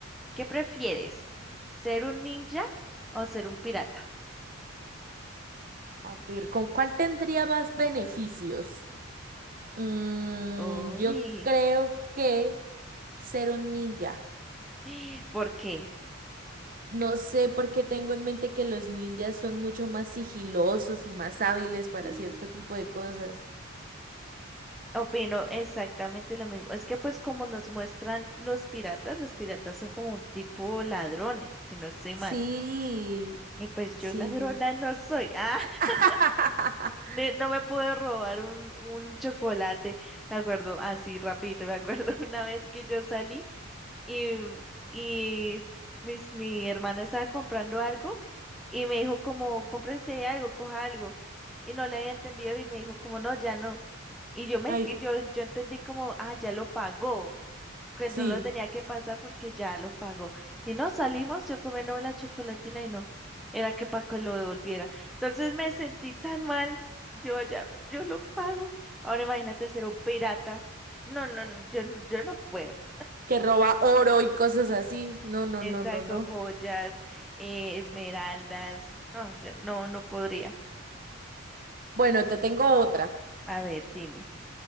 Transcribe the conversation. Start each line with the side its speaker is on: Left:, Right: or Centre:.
Centre: ¿Qué prefieres? ¿Ser un ninja o ser un pirata?
Right: a ver, ¿con cuál tendría más beneficios? Mm,
Centre: Uy,
Right: yo creo que ser un ninja.
Centre: <gasps> ¿por qué?
Right: No sé por qué tengo en mente que los ninjas son mucho más sigilosos y más hábiles para
Centre: Mm.
Right: cierto tipo de cosas.
Centre: Opino exactamente lo mismo. Es que pues como nos muestran los piratas, los piratas son como un tipo ladrones, si no estoy
Right: Sí,
Centre: mal. Y pues yo
Right: sí.
Centre: ladrona no soy. Ah, <laughs>
Right: <laughs>
Centre: ne- no me puedo robar un, un chocolate. Me acuerdo, así rapidito, me acuerdo <laughs> una vez que yo salí. y, y mis, mi hermana estaba comprando algo y me dijo como, cómprese algo, coja algo. Y no le había entendido y me dijo como, no, ya no. Y yo me,
Right: Ay,
Centre: que- yo, yo entendí como, ah, ya lo pagó, que
Right: sí,
Centre: no lo tenía que pasar porque ya lo pagó. Y no salimos, yo comiéndome la chocolatina y no, era que Paco lo devolviera. Entonces me sentí tan mal, yo ya, yo lo pago. Ahora imagínate ser un pirata. No, no, no, yo, no- yo no puedo.
Right: que roba oro y cosas así. No, no,
Centre: Exacto,
Right: no, no, no.
Centre: joyas, eh, esmeraldas. No, ya- no, no podría.
Right: Bueno, te tengo otra.
Centre: A ver, dime.